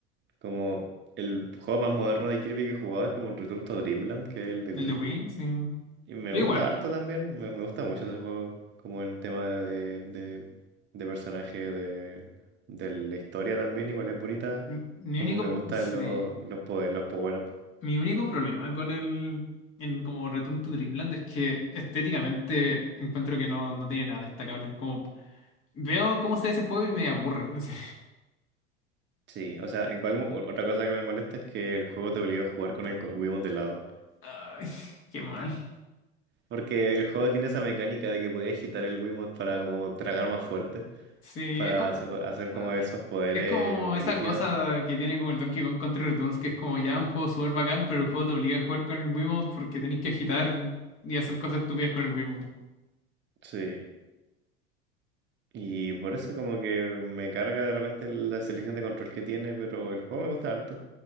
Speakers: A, on the right; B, on the left.
A: Como el juego más moderno de Kirby que he jugado es como el Return to Dreamland, que es el de
B: El
A: Wii.
B: de Wii, sí.
A: Y me
B: Yo
A: gusta
B: igual,
A: harto también, me, me gusta mucho ese juego, como el tema de, de, de personaje, de, de la historia también, igual es bonita,
B: m- mi
A: como
B: único,
A: me gustan
B: sí.
A: los los poderes, los power-up.
B: Mi único problema con el en como Return to Dreamland es que estéticamente encuentro que no, no tiene nada destacable. Como veo cómo se ve ese juego y me aburre. <laughs> así.
A: Sí, o sea, igual mo- otra cosa que me molesta es que el juego te obliga a jugar con el co- Wiimote de lado.
B: Ay, qué mal.
A: Porque el juego tiene esa mecánica de que podías agitar el Wiimote para como tragar más fuerte,
B: Sí,
A: para
B: es como
A: hacer hacer
B: ay,
A: como esos poderes
B: es como
A: brígidos.
B: esa cosa que tiene como el Donkey Kong Country Returns que es como ya un juego súper bacán, pero el juego te obliga a jugar con el Wiimote porque tenés que agitar y hacer cosas estúpidas con el Wiimote.
A: Sí, Y por eso como que me carga de repente la selección de control que tiene, pero el juego me gusta harto.